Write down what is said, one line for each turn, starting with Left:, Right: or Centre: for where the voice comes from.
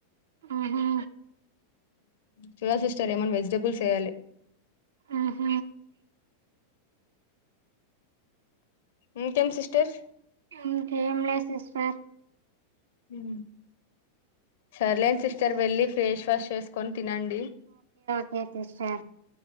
Right: ఉహు
Left: చూడాలి సిస్టర్ ఏమన్నా వెజిటేబుల్స్ వేయ్యాలి
Right: అహ
Left: ఇంకేం సిస్టర్
Right: ఇంకేం లే సిస్టర్
Left: ఉ సర్లేండి సిస్టర్ వెళ్లి ఫేస్ వాష్ చేసుకున్ తినండి
Right: ఒకే సిస్ట్యా